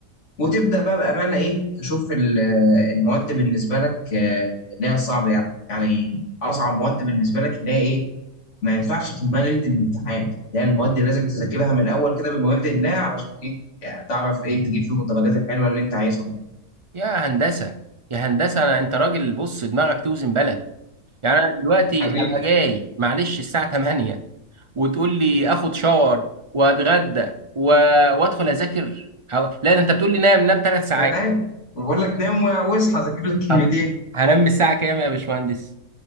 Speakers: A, on the left (about 50°); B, on the right (about 40°).
A: وتبدا بقى بامانه ايه تشوف ال- آه، المواد بالنسبه لك آه، اللي هي الصعبه يعني يعني اصعب مواد بالنسبه لك اللي هي ايه ما ينفعش تلمها ليله الامتحان اللي هي المواد اللي لازم تذاكرها من الاول كده بمواد الله علشان ايه يعني تعرف ايه تجيب فيهم الدرجات الحلوه اللي انت عايزهم
B: يا هندسه يا هندسه انا انت راجل بص دماغك توزن بلد يعني انا دلوقتي
A: حبيبي
B: هبقى جاي معلش الساعه 8 وتقول لي اخد شاور واتغدى و... وادخل اذاكر أو... لا ده انت بتقول لي نام نام 3 ساعات
A: انا نام أنا بقول لك نام وع- واصحى اذاكر لك
B: طب
A: كلمتين
B: هنام الساعه كام يا باشمهندس